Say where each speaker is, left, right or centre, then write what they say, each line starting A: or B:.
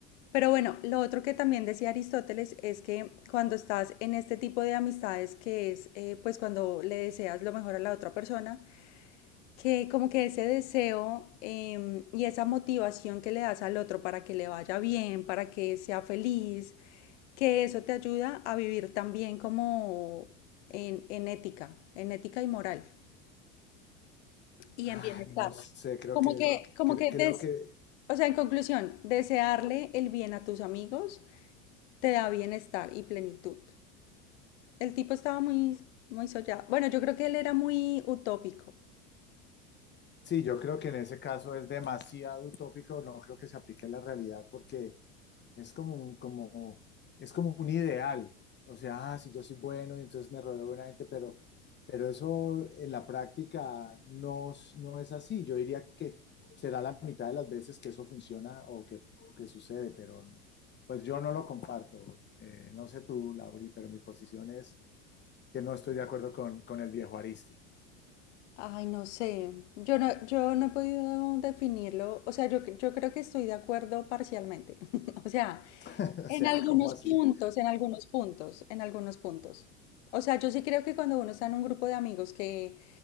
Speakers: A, on the left; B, on the left.
A: Pero bueno, lo otro que también decía Aristóteles es que cuando estás en este tipo de amistades, que es eh, pues cuando le deseas lo mejor a la otra persona, que como que ese deseo em, y esa motivación que le das al otro para que le vaya bien, para que sea feliz, que eso te ayuda a vivir también como en, en ética, en ética y moral y
B: Ay,
A: en bienestar.
B: no sé, creo
A: Como
B: que,
A: que, como
B: cre-
A: que,
B: creo
A: des-
B: que,
A: o sea, en conclusión, desearle el bien a tus amigos te da bienestar y plenitud. El tipo estaba muy, muy soñado. Bueno, yo creo que él era muy utópico.
B: sí, yo creo que en ese caso es demasiado utópico, no creo que se aplique en la realidad porque Es como un, como, es como un ideal. O sea, ah, si yo soy bueno y entonces me rodeo de buena gente, pero, pero eso en la práctica no, s- no es así. Yo diría que será la mitad de las veces que eso funciona o que, que sucede, pero pues yo no lo comparto. Eh, no sé tú, Lauri, pero mi posición es que no estoy de acuerdo con, con el viejo Aristi.
A: Ay, no sé. Yo no, yo no he podido definirlo. O sea, yo, yo creo que estoy de acuerdo parcialmente. <laughs> O sea,
B: <laughs> O
A: en
B: sea,
A: algunos
B: como así?
A: puntos, en algunos puntos, en algunos puntos. O sea, yo sí creo que cuando uno está en un grupo de amigos que,